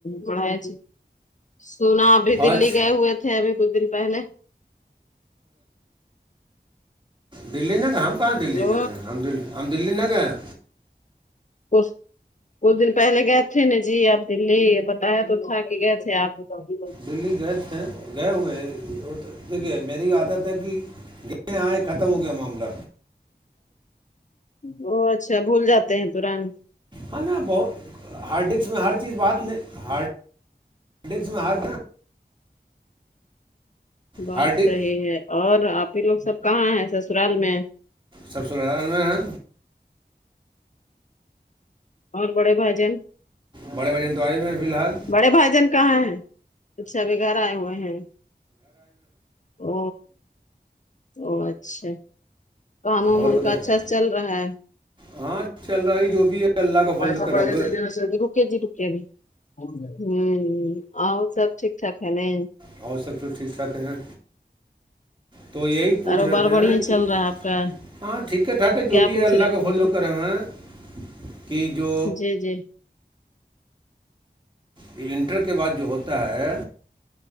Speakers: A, on the left; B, on the right.
A: پڑھائی اچھی سونا ابھی دلی
B: آج
A: گئے ہوئے تھے ابھی کچھ دن پہلے
B: دلی میں کہاں کہاں دلی
A: لو
B: گئے تھے ہم ہم دلی نہیں گئے ہیں
A: کچھ کچھ دن پہلے گئے تھے ناں جی آپ دلی بتایا تو تھا کہ گئے تھے آپ <unintelligible>
B: دلی گئے تھے گئے ہوئے دیکھیے میری عادت کہ آئے ختم ہو گیا معاملہ
A: وہ اچھا بھول جاتے ہیں تورنت
B: ہاں ناں بہت ہارڈ ڈسک میں ہر چیز بات نہیں ہارڈ ہار ڈک میں ہر
A: بات
B: ہارڈ ڈسک
A: صحیح ہے اور آپی لوگ سب کہاں ہیں سسرال میں
B: سسرال میں ہے
A: اور بڑے بھائی جان
B: بڑے وزن تو آئے ہوئے ہیں فی الحال
A: بڑے بھائی جان کہاں ہے اچھا ابھی گھر آئے ہوئے ہیں او او اچھا کام وم
B: اور
A: ان
B: بتائیے
A: کا اچھا سے چل رہا ہے
B: ہاں چل رہا ہے جو بھی ہے اللہ کا فضل
A: پیسہ
B: کرب
A: پہلے دی رکے جی رکے بھی ہ آپ سب ٹھیک ٹھاک ہے نا
B: اور سب کچھ ٹھیک ٹھاک ہے تو یہی پوچھ
A: کاروبار
B: رہےتے
A: بڑھیا
B: ہیں
A: چل
B: کہ
A: رہا ہے آپ کا
B: ہاں ٹھیک ہے ٹھاکا ہے جو
A: کیا
B: بھی
A: پوچھ
B: ہے اللہ
A: رہے تھے
B: کا
A: بولے
B: فضل و کرم ہے کہ جو
A: جی جی
B: انٹر کے بعد جو ہوتا ہے